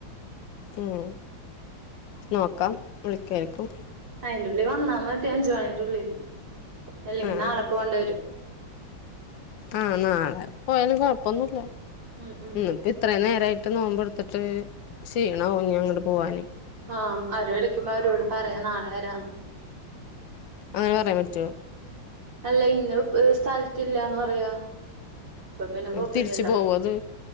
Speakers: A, on the left; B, on the right.
A: ഉം നോക്കാം വിളിക്കുആയിരിക്കും.
B: അയ്ന്റുള്ളി വന്നാ മതി അഞ്ചു മണിന്റുള്ളില്, അല്ലെങ്കി
A: ആഹ്
B: നാളെ പോവണ്ടി വരും.
A: ആഹ് നാളെ പോയാലും കൊഴപ്പൊന്നുല്ല.
B: ഉം ഉം
A: ഇന്ന്പ്പി - ഇത്രയും നേരായിട്ട് നോമ്പെടുത്തിട്ട് ക്ഷീണാവും ന്നി അങ്ങട്ട് പോവാന്.
B: ആഹ് അവര് വിളിക്കുമ്പോ അവരോട് പറയാ നാളെ വരാന്ന്.
A: അങ്ങനെ പറയാൻ പറ്റോ?
B: അല്ല ഇന്ന സ്ഥലത്തില്ലാന്ന് പറയാ അപ്പം പിന്നെ കൊഴപ്പല്ലലോ
A: തിരിച്ചു പോവോ അത്